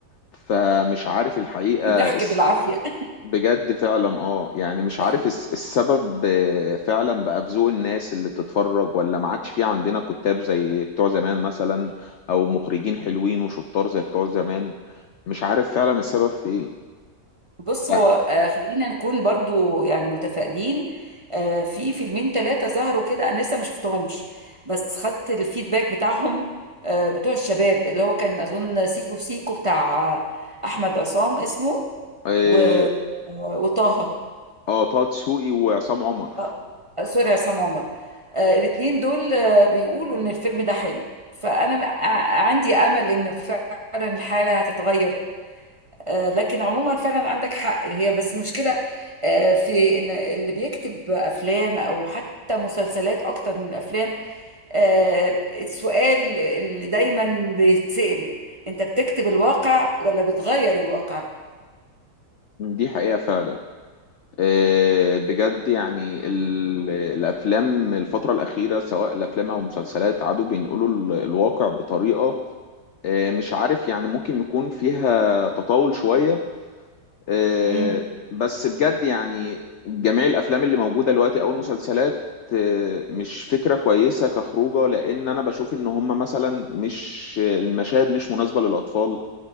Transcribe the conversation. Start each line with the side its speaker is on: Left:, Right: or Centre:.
Left: فمش عارف الحقيقة
Right: في ضحك
Left: الس-
Right: بالعافية
Left: بجد فعلا اه يعني مش
Right: <laughs> حقيقي
Left: عارف الس- السبب إيه، فعلا بقى في ذوق الناس اللي بتتفرج ولا ما عادش في عندنا كتاب زي بتوع زمان مثلا او مخرجين حلوين وشطار زي بتوع زمان مش عارف فعلا السبب في ايه
Right: بص
Left: ف-
Right: هو آه، خلينا نكون برضو يعني متفائلين آه، في فيلمين ثلاثة ظهروا كده أنا لسه ما شفتهمش بس خدت الفيدباك بتاعهم آه، بتوع الشباب اللي هو كان أظن سيكو سيكو بتاع آه، أحمد عصام اسمه
Left: إيه،
Right: و... آه، وطه
Left: اه طه دسوقي وعصام عمر
Right: آه، آه، سوري عصام عمر آه، الاتنين دول آه، بيقولوا إن الفيلم ده حلو فأنا م- ع- عندي أمل إن فعلا الحالة هتتغير آه، لكن عموما فعلا عندك حق هي بس المشكلة آه، في ان اللي بيكتب افلام او حتى مسلسلات اكتر من الافلام آه، السؤال اللي دايما بيتسأل انت بتكتب الواقع ولا بتغير الواقع
Left: دي حقيقة فعلا آه، بجد يعني ال- الافلام الفتره الاخيره سواء الافلام او المسلسلات عادوا بينقلوا ال- الواقع بطريقه آه، مش عارف يعني ممكن يكون فيها تطاول شويه آه،
Right: مم.
Left: بس بجد يعني جميع الافلام اللي موجوده دلوقتي او المسلسلات آه، مش فكره كويسه كخروجه لان انا بشوف ان هم مثلا مش المشاهد مش مناسبه للاطفال